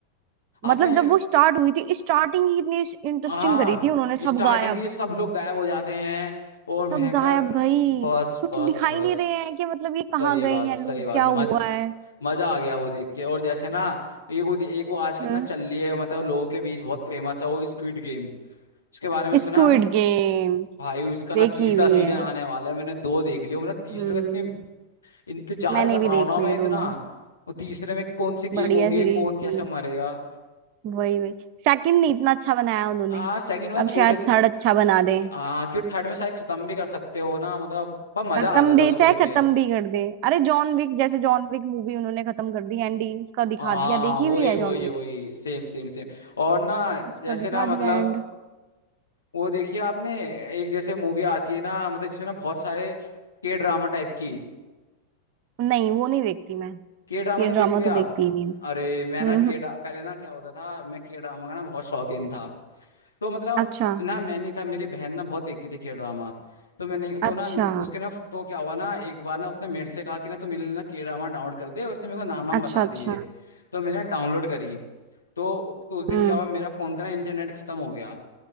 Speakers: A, on the right; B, on the left.
A: मतलब
B: आपने
A: जब वो स्टार्ट हुई थी स्टार्टिंग ही इतनी इंटरेस्टिंग
B: हाँ
A: करी थी उन्होंने
B: स्टार्टिंग
A: सब गायब
B: में सब लोग गायब हो जाते हैं और
A: सब
B: भयंकर
A: गायब भाई
B: बस
A: कुछ
B: बस
A: दिखाई
B: बस
A: नहीं रहे हैं कि मतलब ये कहाँ
B: सही
A: गए
B: बात
A: हैं
B: सही
A: लोग
B: बात
A: क्या
B: मज
A: हुआ है
B: मजा आ गया वो देख के और जैसे ना एक वो एक वो आजकल
A: हम्म
B: ना चल रही है मतलब लोगों के बीच बहुत फेमस है वो स्क्विड गेम उसके बारे में सुना
A: स्क्विड
B: आपने
A: गेम्स
B: भाई उसका ना
A: देखी
B: तीसरा
A: हुई
B: सीजन
A: है
B: आने वाला है मैंने दो देख लिया मैंने तीसरे
A: हम्म
B: का इतने इंतजार
A: मैंने
B: कर
A: भी
B: रहा
A: देख
B: हूँ ना
A: लिए
B: मैं इतना
A: दोनों
B: वो तीसरे में कौन सी गेम
A: बढ़िया
B: होगी
A: सीरीज
B: कौन कैसे
A: थी
B: मरेगा
A: वही वही सेकंड नहीं इतना अच्छा बनाया उन्होंने
B: हाँ सेकंड वाला
A: अब
B: छोटे
A: शायद
B: से
A: थर्ड अच्छा बना दे
B: हाँ क्यों थर्ड में शायद खत्म भी कर सकते हो ना मतलब बस मजा
A: खत्म
B: आ गया
A: भी
B: था उसको
A: चाहे
B: देखे
A: खत्म भी कर दे अरे जॉन विक जैसे जॉन विक मूवी उन्होंने खत्म कर दी एंड उसका दिखा
B: हाँ हाँ
A: दिया देखी
B: हाँ, वही
A: हुई है
B: वही
A: जॉन विक
B: वही सेम सेम सेम और ना जैसे
A: उसका दिखा
B: ना मतलब
A: दिया एंड
B: वो देखिए आपने एक जैसे मूवी आती है ना मतलब जिसमें ना बहुत सारे के ड्रामा टाइप की
A: नहीं वो नहीं देखती मैं
B: के ड्रामा
A: ये
B: नहीं
A: ड्रामा
B: देखते
A: तो
B: आप
A: देखती ही नहीं
B: अरे
A: मैं।
B: मैं ना के
A: हम्म
B: पहले ना क्या होता था मैं के ड्रामा का ना बहुत शौकीन था तो मतलब
A: अच्छा
B: ना मैं नहीं था मेरी बहन ना बहुत देखती थी के ड्रामा तो मैंने तो
A: अच्छा
B: ना उसके ना तो क्या हुआ ना एक बार ना उसने मेरे से कहा कि ना तू मेरे लिए ना के ड्रामा डाउनलोड कर दे उसने मेरे को नाम वाम
A: अच्छा
B: बता
A: अच्छा
B: दिए तो मैंने डाउनलोड करी तो, तो उस दिन
A: हम्म
B: क्या हुआ मेरा फोन का ना इंटरनेट खत्म हो गया